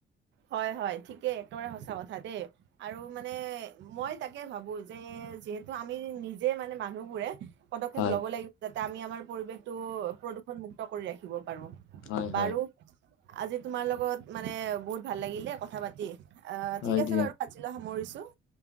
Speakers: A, on the right; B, on the left.
A: হয় হয় ঠিকেই, একেবাৰে সঁচা কথা দেই। আৰু মানে মই তাকে ভাবো যে যিহেতু আমি নিজে মানে মানুহবোৰে পদক্ষেপ
B: হয়
A: লব লাগিব যাতে আমি আমাৰ পৰিৱেশটো প্ৰদূষণ মুুক্ত কৰি ৰাখিব পাৰো।
B: হয়
A: বাৰু,
B: হয়
A: আজি তোমাৰ লগত মানে বহুত ভাল লাগিল দে কথা-পাতি। ঠিক
B: হয়
A: আছে
B: দিয়া
A: বাৰু আজিলে সামৰিছোঁ।